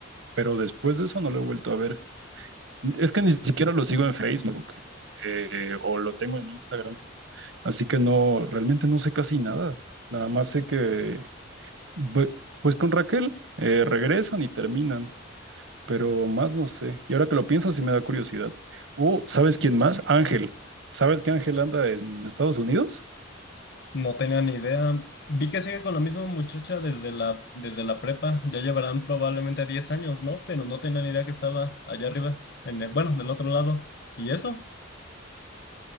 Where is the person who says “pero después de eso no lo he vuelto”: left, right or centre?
Right